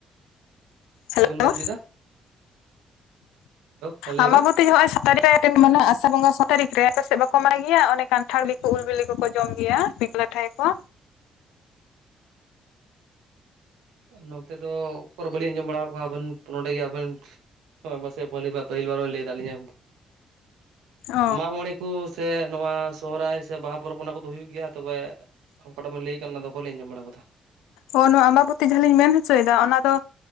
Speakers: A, on the left; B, on the right.
A: ᱦᱮᱞᱳ
B: ᱪᱮᱜ ᱵᱮᱱ ᱢᱮᱱᱪᱚᱭ ᱫᱟ ᱦᱮᱸ ᱞᱟᱹᱭ
A: ᱟᱢᱟᱵᱚᱛᱤ
B: ᱵᱮᱱ
A: ᱦᱚᱜᱚᱭ ᱥᱟᱛᱟᱨᱤ ᱨᱮ ᱨᱮᱱ ᱢᱟᱱᱮ ᱟᱥᱟ ᱵᱚᱸᱜᱟ ᱥᱚ ᱛᱟᱹᱨᱤᱠᱷ ᱨᱮ ᱟᱯᱮ ᱥᱮᱜ ᱵᱟᱠᱚ ᱢᱟᱭ ᱜᱤᱭᱟ ᱚᱱᱮ ᱠᱟᱱᱴᱷᱟᱲ ᱞᱤ ᱠᱩ ᱩᱞ ᱵᱤᱞᱤ ᱠᱚᱠᱚ ᱡᱚᱢ ᱜᱮᱭᱟ ᱯᱤᱠ ᱞᱟᱴᱷᱟᱭ ᱟᱠᱚ
B: ᱱᱚᱛᱮ ᱫᱚ ᱚᱠᱚᱨ ᱵᱟᱹᱞᱤᱧ ᱟᱡᱚᱢ ᱵᱟᱲᱟᱣ ᱠᱚᱣᱟ ᱵᱟᱹᱞ ᱱᱚᱰᱮ ᱜᱮ ᱟᱵᱮᱱ ᱦᱚᱭ ᱵᱟᱨᱥᱮ ᱯᱟᱹᱞᱤ ᱢᱟ ᱯᱟᱹᱦᱤᱞ ᱵᱟᱨ ᱵᱟᱨ ᱞᱟᱹᱭᱫᱟ ᱞᱤᱧᱟᱢ
A: ᱚ
B: ᱢᱟᱜᱢᱚᱬᱮ ᱠᱩ ᱥᱮ ᱱᱚᱣᱟ ᱥᱚᱦᱚᱨᱟᱭ ᱥᱮ ᱵᱟᱦᱟ ᱯᱚᱨᱚᱵ ᱚᱱᱟ ᱠᱚᱫᱚ ᱦᱩᱭᱩᱜ ᱜᱮᱭᱟ ᱛᱚᱵᱮ ᱚᱠᱟᱴᱟᱜ ᱵᱤᱱ ᱞᱟᱹᱭᱠᱟᱱ ᱚᱱᱟᱫᱚ ᱵᱟᱞᱤᱧ ᱟᱡᱚᱢ ᱵᱟᱲᱟ ᱟᱠᱟᱫᱟ᱾
A: ᱚ ᱱᱚᱶᱟ ᱟᱢᱵᱟᱵᱚᱛᱤ ᱡᱟᱦᱟᱸᱞᱤᱧ ᱢᱮᱱ ᱦᱚᱪᱚᱭᱮᱫᱟ ᱚᱱᱟ ᱫᱚ